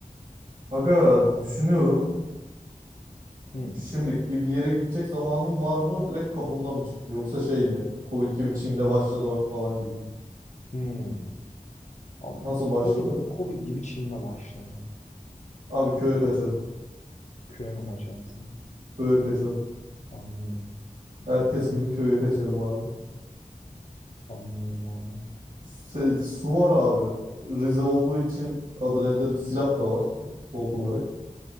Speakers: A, on the right (about 70°); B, on the left (about 55°).
A: Aga düşünüyorum.
B: Hmm.
A: Şimdiki bir yere gidecek zamanım var mı? Direkt kapımda mı çıktı? Yoksa şey mi? Covid gibi Çin'de başladı bak falan gibi mi?
B: Hmm. Abi,
A: Nasıl başladı?
B: Covid, Covid gibi Çin'de başladı.
A: Abi köye kaçarım.
B: Köye mi kaçarsın?
A: Köye kaçarım.
B: Anlıyorum.
A: Herkes
B: Anlıyorum,
A: gibi köye kaçarım abi.
B: anlıyorum abi.
A: Se- Su var abi. Rize olduğu için adı nedir? Silah da var default olarak.